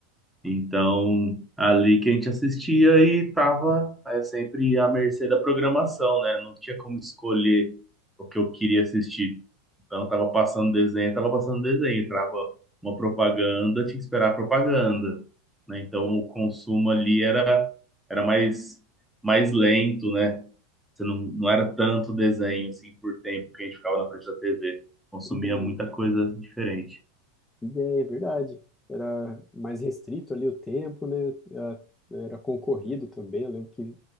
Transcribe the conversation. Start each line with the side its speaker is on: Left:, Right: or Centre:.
Centre: Então, ali que a gente assistia e tava é, sempre à mercê da programação, né? Não tinha como escolher o que eu queria assistir. Então, tava passando desenho, tava passando desenho, entrava uma propaganda, tinha que esperar a propaganda, né? Então, o consumo ali era, era mais, mais lento, né? Você não, não era tanto desenho, assim, por tempo que a gente ficava na frente da TV. Consumia
Left: Ideia.
Centre: muita coisa diferente.
Left: Ideia, é verdade. Era mais restrito ali o tempo, né? Era era concorrido também. Eu lembro que